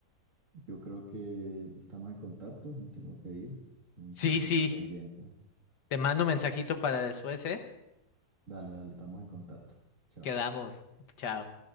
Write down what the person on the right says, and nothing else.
yo creo que estamos en contacto, me tengo que ir, un
compromiso
pendiente.
Dale, dale, estamos en contacto. Chao.